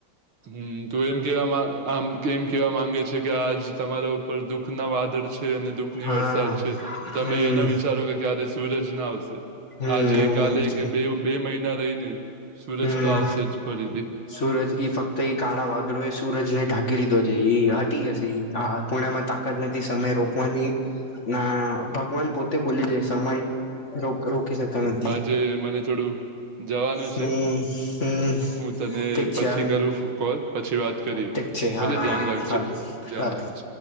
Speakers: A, on the right; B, on the left.
A: હમ, તો એમ કેવામા આમ કેમ કેવા માંગે છે. કે આજ તમારા ઉપર દુઃખના વાદળ છે અને દુઃખ ની
B: હા
A: વરસાદ છે, તમે
B: હમ
A: એના વિચારો કે ક્યારે સૂરજના આવશે
B: હમ
A: આજે
B: એવું
A: કાલે
B: માનું છે
A: કે બેવ બે મહિના રહીને સૂરજ
B: હમ
A: તો આવશે જ ફરીથી.
B: સૂરજ ઈ ફક્ત ઈ, કાળા વાદળોએ સૂરજ જેને ઢાંકી લીધો જે, ઈ હટી ગીયો શે ઈ આ આપૂણામાં તાકત નથી સમય રો વાની ના ભગવાન પોતે બોલે જે સમય રો રોકી શકાય નથી.
A: જોયે મને થોડું, જવાનું
B: હમ,
A: છે
B: હમ
A: હું તને
B: ઠીક
A: પછી
B: છે હાલ,
A: કરું કોલ પછી વાત કરીએ
B: ઠીક છે, હારુ
A: ભલે ધ્યાન
B: હારુ
A: રાખજે
B: હારુ
A: ધ્યાન
B: બબ
A: રાખજે